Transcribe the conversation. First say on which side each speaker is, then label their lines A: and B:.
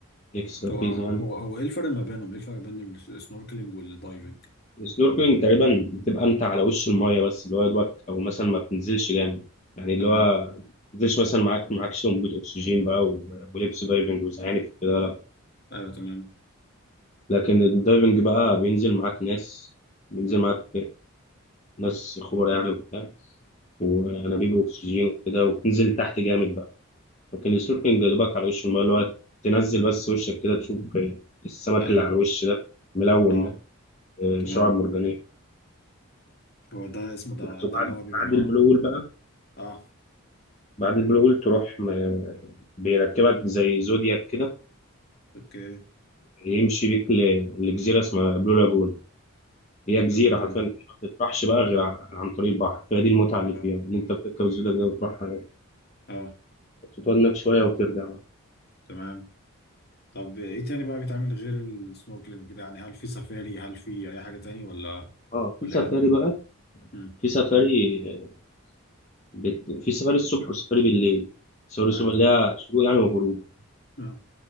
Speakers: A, on the left; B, on the left.
A: اكسترا
B: هو
A: فيز
B: هو
A: يعني
B: هو ايه الفرق ما بينهم ايه الفرق بين السنوركلينج والدايفنج
A: السنوركلينج تقريبا بتبقى انت على وش المايه بس اللي هو يا دوبك او مثلا ما بتنزلش جامد يعني اللي
B: تمام
A: هو ما بتنزلش مثلا معاك معاكش انبوبة اكسجين بقى و- ولبس دايفنج وزعانف كده لا
B: ايوه تمام
A: لكن الدايفنج بقى بينزل معاك ناس بينزل معاك ناس خبراء يعني وبتاع وانابيب
B: تمام
A: اكسجين وكده وبتنزل تحت جامد بقى لكن السنوركلينج يا دوبك على وش المايه اللي هو تنزل بس وشك كده تشوف السمك
B: ايوه
A: اللي على الوش
B: اه
A: ده ملون
B: اه
A: ده آه،
B: تمام
A: شعاب مرجانية
B: هو ده اسمه ده
A: بس وبعد
B: ده اللي هو بيبقى
A: بعد البلو هول بقى
B: اه
A: بعد البلو هول تروح م- بيركبك زي زودياك كده
B: اوكي
A: يمشي بيك ل- لجزيرة اسمها بلو لاجون هي جزيرة
B: بلو لاجون
A: حرفيا ما بتطرحش بقى غير ع- عن طريق البحر فدي المتعة اللي
B: اه
A: فيها إن أنت بتركب الزودياك ده وتروح على-
B: اه
A: تقعد هناك شوية وترجع بقى
B: تمام طب ايه تاني بقى بيتعمل غير السنوركلينج كده يعني هل في سفاري هل في اي حاجة تاني ولا
A: اه في
B: ولا
A: سفاري بقى
B: امم
A: في سفاري آه، بت... في سفاري الصبح وسفاري بالليل سفاري
B: تمام
A: الصبح اللي هي شروق يعني وغروب
B: امم